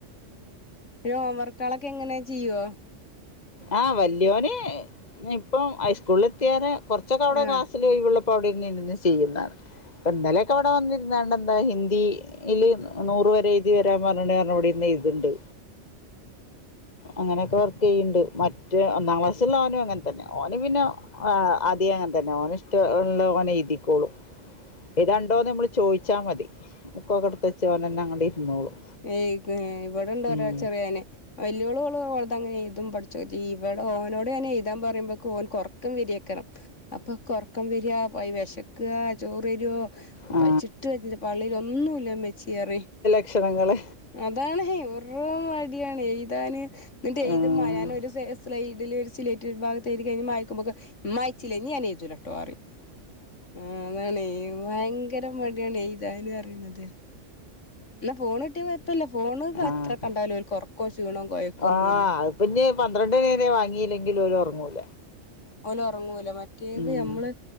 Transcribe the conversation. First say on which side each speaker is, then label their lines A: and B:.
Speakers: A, on the left; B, on the left.
A: ഹോംവർക്കാളക്കെ എങ്ങനെ ചെയ്യുവോ?
B: ആഹ് വല്യോന് ഇപ്പം ഹൈസ്കൂളില് എത്തിയവരെ കൊറച്ചൊക്കെ അവിടെ
A: ആഹ്
B: ക്ലാസ് സില് ഒഴിവുള്ളപ്പം അവിടെ ഇരുന്ന് എന്നെന്നും ചെയ്യുന്നാണ് ഇപ്പ ഇന്നലെക്കെ അവിടെ വന്നിര് എന്നാണ്ടെന്താ ഹിന്ദിയില് നൂറ് വരെ എഴുതി വരാൻ പറഞ്ഞ്ണ്ട് പറഞ്ഞ് ഇവിടെ ഇരുന്ന് എയ്തണ്ണ്ട്. അങ്ങനെക്കെ വർക്ക് ചെയ്യണ്ട് മറ്റ് ഒന്നാം ക്ലാസ്ള്ളാവനും അങ്ങനെ തന്നെ ഓന് പിന്നെ ആഹ് ആധ്യേ അങ്ങന തന്നെ ഓന് ഇഷ്ട ഉള്ള ഓനെയ്തിക്കോളും. ഹേത്ണ്ടോന്ന് നമ്മള് ചോദിച്ചാ മതി ബുക്കൊക്കെടുത്ത് വെച്ച് ഓനന്നെ അങ്ങോട്ട് ഇരുന്നോളും
A: ഏഹ് കെഹെ ഇവിടെണ്ട
B: ഉം
A: ഒരാ ചെറിയവന് വല്യോളുഓളു ഓള്തങ്ങനെ എയ്തും പഠിച്ചു ചെയ്യും. ഓനോട് അങ്ങനെ എയ്താൻ പറയുമ്പോക്ക് ഓൻകൊറ ക്കം വരിയക്കണം അപ്പ ക്കൊറക്കം വിരിയാ വെശക്കാ ചോറ്രുവോ
B: ആ ആ
A: പയ്ച്ചിട്ട് പാടില്ല പള്ളേല് ഒന്നുംല്ല മ്മെച്ചി പറയും.
B: ക്ഷണങ്ങള്
A: അതാണ്ഹെ വെറൂം മടിയാണ് എയ്താന് എന്നിട്ട് എയ്തുമ്പ
B: ആ
A: ഞാൻ ഒരുസെ സ് സ്ലൈഡില് സ്ലേയ്റ്റില് ഒരു ഭാഗത്ത് എഴുതി കഴിഞ് മയ്ക്കുമ്പോക്ക ഉമ്മായിച്ചില്ലേ ഇഞ്ഞി ഞാൻ എഴുതുലാട്ടോ പറയും. ആഹ് അതാണ് ഭയങ്കര മടിയാണ് എയ്താന്ന് പറയണത്. എന്നാ ഫോണ് കിട്ടിയ കൊയപ്പില്ല ഫോണ്ക്ക
B: ആഹ്
A: അത്ര കണ്ടാലോ ഓല്ക്ക് കൊറക്കോ ക്ഷീണോ കൊയക്കോന്നുല്ല.
B: ആഹ് അത് പിന്നെ പന്ത്രണ്ട് മണിവരെ വാങ്ങിയില്ലെങ്കിലും ഓര് ഉറങ്ങൂല.
A: ഓന് ഒറങ്ങുല മറ്റേത്
B: ഉം
A: നമ്മള്